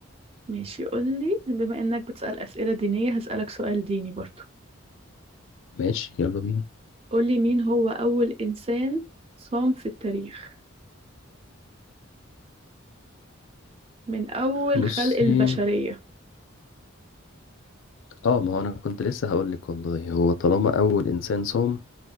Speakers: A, on the right (about 25°); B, on the left (about 65°).
A: ماشي قولي بما إنك بتسأل أسئلة دينية هسألك سؤال ديني برضو
B: ماشي يلا بينا
A: قولي مين هو أول إنسان صام في التاريخ من أول
B: بصي
A: خلق البشرية
B: اه ما هو انا كنت لسه هقول لك والله هو طالما اول انسان صام